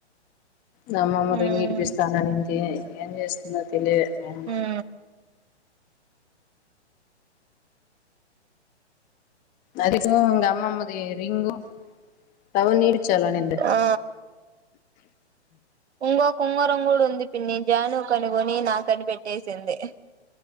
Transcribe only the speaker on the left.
నమ్మమ్మ
రింగిడిపిస్తానంది ఇంకేం జేస్తుందో తెలియదు అమ్మ
అదిగో ఇంగ అమ్మమ్మది రింగు అవనీటిచాలనుండే